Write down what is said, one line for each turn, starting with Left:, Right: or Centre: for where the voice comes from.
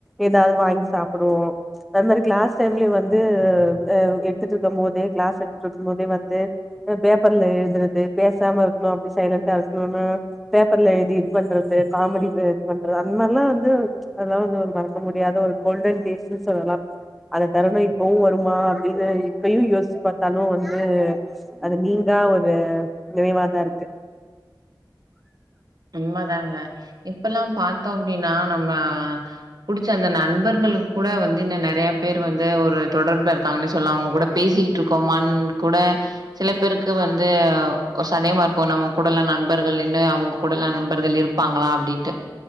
Centre: ஏதாவது வாங்கி சாப்புடுவோம் அது மாரி கிளாஸ் டைம்லயோ வந்து அ எடுத்துட்ருக்கும் போதே கிளாஸ் எடுத்துட்ருக்கும்போதே வந்து அ பேப்பர்ல எழுதுறது பேசாம இருக்கணும் அப்டி சைலண்டா இருக்குணுன்னு பேப்பர்ல எழுதி இது பண்றது காமெடி இது பண்ற அந்த மாரிலாம் வந்து அதெல்லாம் வந்து ஒரு வரம் ப முடியாத ஒரு கோல்டன் டேஸ்ன்னு சொல்லலாம் அந்த தருணம் இப்பவும் வருமா அப்டின்னு இப்பயும் யோசிச்சு பாத்தாலும் வந்து அது நீங்கா ஒரு நினைவாதான் இருக்கு
Right: உண்மதாங்க இப்பெல்லாம் பாத்தோம் அப்டின்னா நம்ம புடிச்ச அந்த ந ண்பர்களுக்கு கூட வந்து இன்ன நறையா பேர் வந் து ஒரு தொடர்புள இருக்காங்கன்னே சொல்லா அவங்க கூட பேசிக்கிட்ருக்கோ மா கூட சில பேருக்கு வந்து ஒர் சந்தேகமா இருக்கும் நம்ம கூடல்லாம் நண்பர்கள் இன்னு அவங்க கூடல்லா நண்பர்கள் இருப்பாங்களா அப்டின்ட்டு